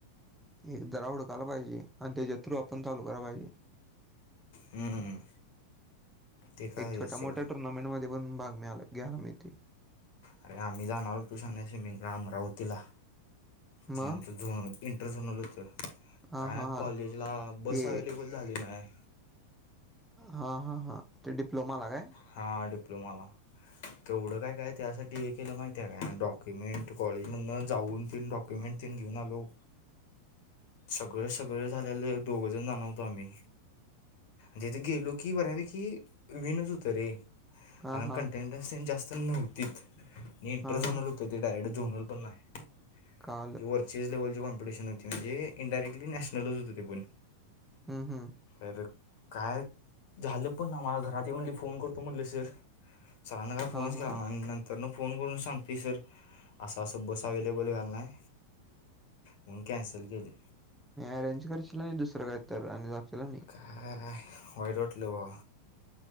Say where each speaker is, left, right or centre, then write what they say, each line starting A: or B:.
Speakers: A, in the centre; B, on the left.
A: एकदा ला हुडकायला पाहिजे आणि त्याच्या थ्रू आपण चालू कराय पाहिजे.
B: हम्म... ते काय
A: एक
B: आहे
A: छोट्या
B: सोड
A: मोठ्या टुर्नामेंटध्ये पण भाग मिळाला घ्यायला मिळते.
B: अरे आम्ही जाणार होतो <inaudible> अमरावतीला ते
A: मग
B: आमचं झो पेंटर झोनल होत.
A: हां
B: काय
A: हां हां
B: कॉलेजला बस
A: ते
B: अवलेबल झाली नाय.
A: हा हां ते डिप्लोमाला हे
B: हां डिप्लोमा ला तेवढं काय काय त्यासाठी एकीनं माहिती आहे का डॉक्युमेंट कॉलेजमधन जाऊन तेन डॉक्य कमेंट तेन् घेऊन आलो.
A: <inaudible>
B: सगळं सगळं झालेलं हे दोघजण जाणर होतो आम्ही जे जे गेलो की बर्यापैकी विनो तरी
A: हां
B: कारण
A: हां
B: कंटेंटन्सी जास्त नव्हतीत मी
A: हां
B: तर जाणार
A: हां
B: तर ते डायरेट झोनल पण नाही
A: कळालं
B: जी वरचेज लेवलची कॉम्पिटिशन होती म्हणजे इनडारेक्टली नॅशनलच होती ती पण
A: हम् हम्
B: अरे काय झालं पण ना मला घरात ये म्हणले फोन करतो म्हणले सर सरांना फोनचं
A: हां हां
B: केला <unintelligible> त्यांना फोन करून सांग की सर असं असं बस अवेलेबल व्याला नाही. म्हणून कॅनसल केली
A: अरेंज करशील नाही दुसरं काही तर आणि जाशील आणि
B: काय वाईट वाटलं भावा